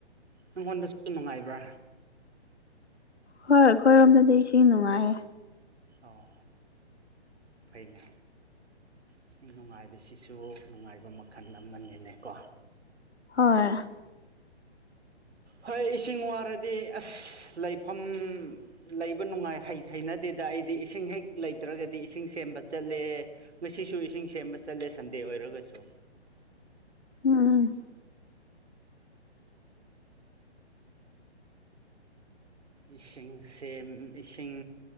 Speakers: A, on the right; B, on the left.
A: ꯅꯉꯣꯟꯗꯁꯨ ꯅꯨꯡꯉꯥꯏꯕ꯭ꯔꯥ
B: ꯍꯣꯏ ꯑꯩꯈꯣꯏꯔꯣꯝꯗꯗꯤ ꯏꯁꯤꯡ ꯅꯨꯡꯉꯥꯏꯌꯦ
A: ꯑꯣ ꯐꯩꯅꯦ ꯏꯁꯤꯡ ꯅꯨꯡꯉꯥꯏꯕꯁꯤꯁꯨ ꯅꯨꯡꯉꯥꯏꯕ ꯃꯈꯜ ꯑꯃꯅꯤꯅꯦꯀꯣ
B: ꯍꯣꯏ
A: ꯍꯣꯏ ꯏꯁꯤꯡ ꯋꯥꯔꯗꯤ ꯑꯁ ꯂꯩꯐꯝ ꯂꯩꯕ ꯅꯨꯡꯉꯥꯏ ꯍꯩꯅꯗꯦꯗ ꯑꯩꯗꯤ ꯏꯁꯤꯡ ꯍꯦꯛ ꯂꯩꯇ꯭ꯔꯒꯗꯤ ꯏꯁꯤꯡ ꯁꯦꯝꯕ ꯆꯠꯂꯦ ꯉꯁꯤꯁꯨ ꯏꯁꯤꯡ ꯁꯦꯝꯕ ꯆꯠꯂꯦ ꯁꯟꯗꯦ ꯑꯣꯏꯔꯒꯁꯨ
B: ꯎꯝ
A: ꯏꯁꯤꯡ ꯁꯦꯝ ꯏꯁꯤꯡ